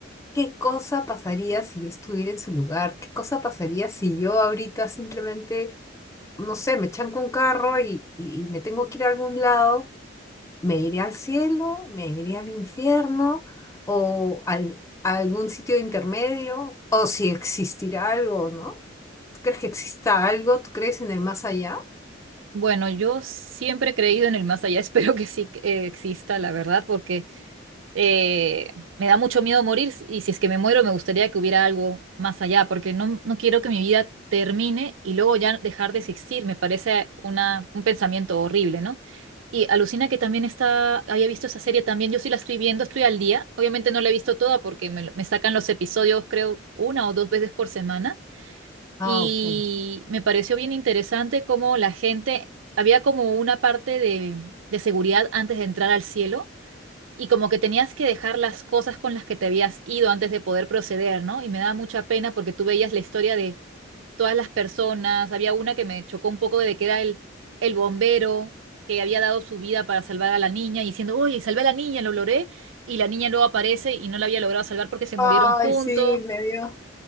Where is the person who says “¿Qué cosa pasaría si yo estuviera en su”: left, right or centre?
Left